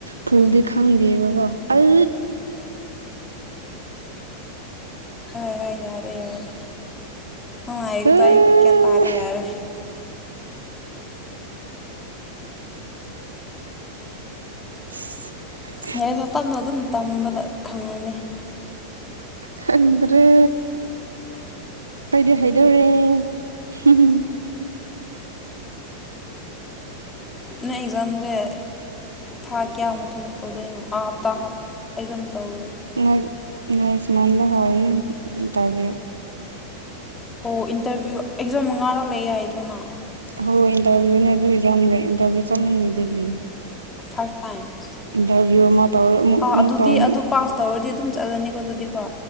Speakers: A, on the right; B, on the left.
A: ꯐꯨꯜꯗꯤ
B: ꯎꯝ
A: ꯈꯪꯗꯦꯕꯀꯣ ꯑꯜ
B: ꯍꯣꯏ ꯍꯣꯏ ꯌꯥꯔꯦ ꯌꯥꯔꯦ <unintelligible> ꯑꯩ
A: ꯑꯦ
B: ꯀ꯭ꯌꯥꯟ ꯇꯥꯔꯦ ꯌꯥꯔꯦ
A: <unintelligible>
B: ꯌꯥꯢꯗ ꯇꯞꯅ ꯑꯗꯨꯝ ꯇꯝꯕꯗ ꯈꯪꯉꯅꯤ
A: ꯈꯗ꯭ꯔꯦ ꯄꯩꯗꯦ ꯍꯩꯗꯧꯔꯦ ꯍꯝ
B: ꯅ ꯑꯦꯛꯖꯥꯝ ꯖꯦ ꯊꯥ ꯀꯌꯥ ꯃꯇꯨꯡꯗ ꯇꯧꯗꯣꯏꯅꯣ ꯑꯥ ꯍꯥꯞꯇꯥꯞ ꯑꯩ ꯑꯗꯨꯝ ꯇꯧ
A: <unintelligible> ꯅ ꯏꯁꯃꯗ ꯍꯥꯎꯅꯤ ꯇꯕꯤꯌꯨ
B: ꯑꯣ ꯏꯟꯇꯔꯚꯤꯌꯨ ꯑꯦꯛꯖꯥꯝ ꯃꯉꯥꯔꯛ ꯂꯩꯌꯦ ꯌꯥꯏꯗ꯭ꯔꯣꯅ
A: ꯍꯣꯏ ꯏꯟꯇꯔꯚꯤꯌꯨꯅꯦ ꯑꯗꯨꯢꯖꯝꯒꯦ ꯏꯟꯇꯔꯚꯤꯌꯨ ꯆꯃꯟꯅꯩ ꯑꯗꯨꯗꯤ
B: ꯐꯥꯏꯚ ꯇꯥꯏꯝꯁ
A: ꯏꯟꯇꯔꯚꯤꯌꯨ ꯑꯃ ꯇꯧꯔ ꯑꯃꯨꯛ
B: ꯑꯥ
A: ꯑꯃꯨꯛ
B: ꯑꯗꯨꯗꯤ
A: ꯇꯧꯔꯤ
B: ꯑꯗꯨ ꯄꯥꯁ ꯇꯧꯔꯗꯤ ꯑꯗꯨꯝ ꯆꯠꯂꯅꯤꯀꯣ ꯑꯗꯨꯗꯤꯀꯣ